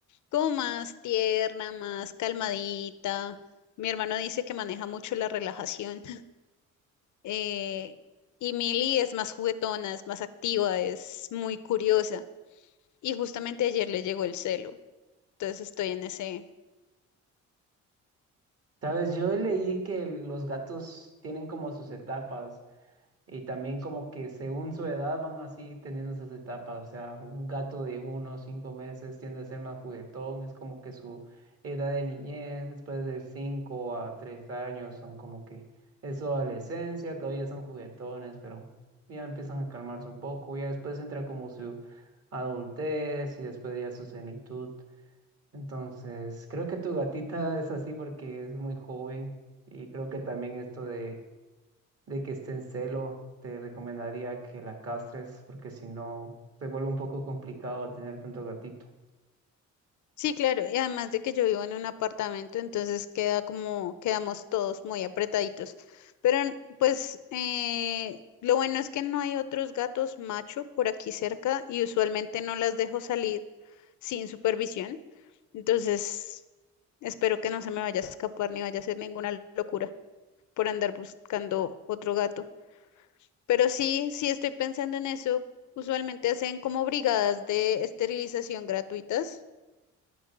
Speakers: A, on the left; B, on the right.
A: como más tierna, más calmadita. Mi hermano dice que maneja mucho la relajación. eh, y Millie es más juguetona, es más activa, es muy curiosa. Y justamente ayer le llegó el celo. Entonces estoy en ese.
B: Sabes, yo leí que los gatos tienen como sus etapas. Y también como que según su edad van así teniendo esas etapas, o sea, un gato de uno o cinco meses tiende a ser más juguetón, es como que su edad de niñez, después de cinco a tres años son como que es su adolescencia, todavía son juguetones, pero ya empiezan a calmarse un poco, ya después entra como su adultez y después ya su senitud. Entonces, creo que tu gatita es así porque es muy joven y creo que también esto de de que esté en celo, te recomendaría que la castres, porque si no, se vuelve un poco complicado tener tanto gatito.
A: Sí, claro. Y además de que yo vivo en un apartamento, entonces queda como, quedamos todos muy apretaditos. Pero n- pues eh, lo bueno es que no hay otros gatos macho por aquí cerca y usualmente no las dejo salir sin supervisión. Entonces, espero que no se me vaya a escapar ni vaya a hacer ninguna locura. por andar buscando otro gato. Pero sí, sí estoy pensando en eso. Usualmente hacen como brigadas de esterilización gratuitas